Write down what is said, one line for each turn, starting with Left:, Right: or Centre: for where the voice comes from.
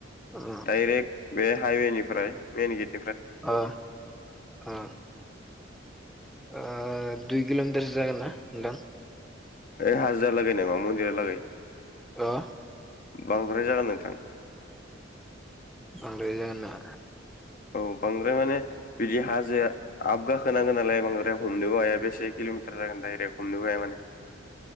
Centre: अ
Left: डाइरेक्ट बे हाइवेनिफ्राय मेन गेट
Centre: अ अ ओ दुइ किलमिटारसो जागोन ना नोंथां
Left: ओ हाजिरा लागै नामा मन्दिरा लागै
Centre: हो
Left: बांद्राय जागोन नोंथां
Centre: आरो जाना
Left: औ बांद्राय माने बिदि हाजोआ आबगाखोनांगोन नालाय बांद्राय हमनोबो हाया बेसे किल'मिटार जागोन दरेक्ट हमनोबो हाया माने